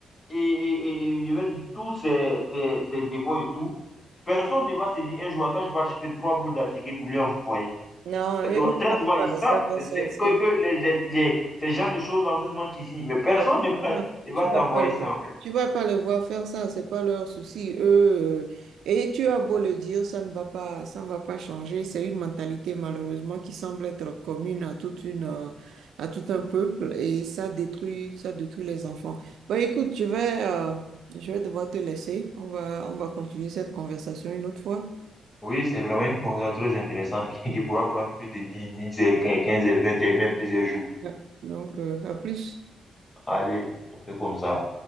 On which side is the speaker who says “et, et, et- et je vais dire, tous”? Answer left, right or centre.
Left